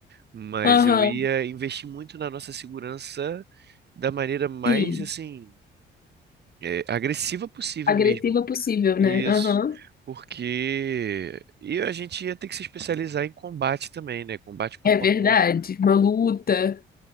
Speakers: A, on the right; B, on the left.
A: mas
B: Aham,
A: eu ia investir muito na nossa segurança da maneira mais
B: sim.
A: assim, eh, agressiva possível
B: Agressiva
A: mesmo.
B: possível,
A: Isso,
B: né? Aham.
A: porque e a gente ia ter que se especializar em combate também, né? Combate corpo
B: É verdade.
A: a corpo.
B: Uma luta.